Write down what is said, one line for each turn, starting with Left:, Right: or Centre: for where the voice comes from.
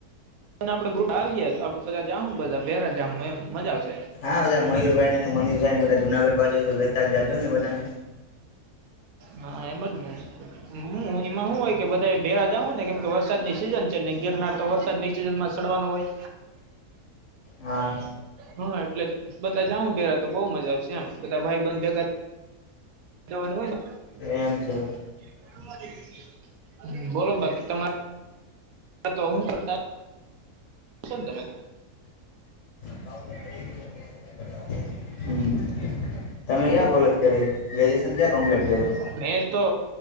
Right: આપડે ગ્રુપ આવીએ તો આપડ બધા જા બધા બેરા જા એમ મજા આવશે
Left: હાધા મયુરભાઈ ને અને મનીષભાઈ ને બધા જુનાગઢ બાજુ તો લેતા જ જાજો ને બધાને
Right: હા એમ જ હુ એમાં શું હોય, કે બધા ભેરા જાઉ કેમ કે વરસાદની સીઝન છેને, ગિરનાર તો વરસાદ ની સિઝન માં સડવાનો હોય.
Left: હા
Right: હા એટલે બધા જાઉુ પેરા તો બઉુ મજા આવશે એમ બધા ભાઈ બંધ ભેગા હોયને
Left: એમ છે
Right: બોલો બાકી તમારે હા તો હુ કરતા શ તો
Left: હમ્મ તમે ક્યાં કોલેજ કરી ગ્રેજ્યુએશન ક્યાં કમ્પ્લીટ કર્યુ
Right: મેં તો